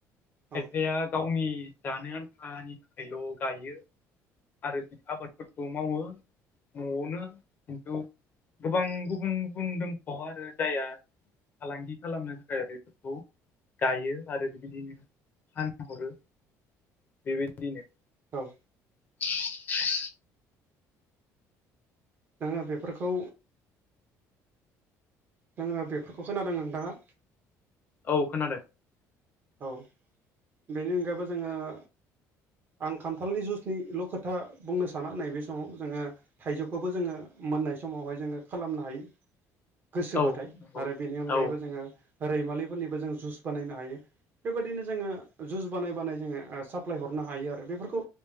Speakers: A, on the right; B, on the left.
A: औ
B: खायफाया गावनि जानो आन्थानि थाखायल' गायो आरो बि आबादफोरखौ मावो न'आवनोओ खिन्थु गोबां गुबुन गुबुन दोंख'आव आरो जाया ओ फालांगि खालामनो थाखाय बेफोरखौ गायो आरो बिबादिनो फानहरो बेबादिनो
A: औ।
B: <unintelligible>
A: नोङो बेफोरखौ जोङो बेफोरखौ खोनादों नोंथाङा
B: औ खोनादों।
A: औ बेनि अनगायैबो जोङोओ आं खान्थालनि जुइसनिल' खोथा बुंनो साना नैबे समाव जोङो थाइजौखौबो जोङो मोननाय समावहाय जोङो खालामनो हायो। गोसोबाथाय
B: औ नंगौ
A: आरो बेनि अनगायैबो
B: औ
A: जोङो रैमालिफोरनिबो जों जुइस बानायनो हायो बेबायदिनो जोङो जुस बानाय बानाय जोङो साप्लाय हरनो हायो आरो बेफोरखौ